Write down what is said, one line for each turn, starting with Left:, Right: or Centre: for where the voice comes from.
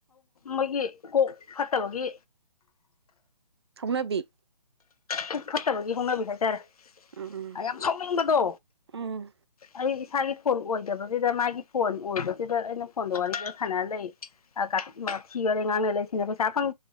Left: ꯃꯣꯏꯒꯤ ꯀꯣꯛ ꯐꯠꯇꯕꯒꯤ
Right: ꯍꯧꯅꯕꯤ
Left: ꯄꯨꯛ ꯐꯠꯇꯕꯒꯤ ꯍꯧꯅꯕꯤ ꯍꯥꯏꯇꯥꯔꯦ
Right: ꯎꯝ
Left: ꯌꯥꯝ ꯁꯥꯎꯅꯤꯡꯕꯗꯣ
Right: ꯎꯝ ꯎꯝ
Left: ꯑꯩ ꯏꯁꯥꯒꯤ ꯐꯣꯟ ꯑꯣꯏꯗꯕꯁꯤꯗ ꯃꯥꯒꯤ ꯐꯣꯟ ꯑꯣꯏꯕꯁꯤꯗ ꯑꯩꯅ ꯐꯣꯟꯗ ꯋꯥꯔꯤ ꯁꯥꯟꯅꯔ ꯂꯩ ꯋꯥꯊꯤ ꯋꯥꯔꯦꯝ ꯉꯥꯡꯅ ꯂꯩ ꯁꯤꯅꯤꯗꯅ ꯄꯩꯁꯥꯪ ꯐꯪ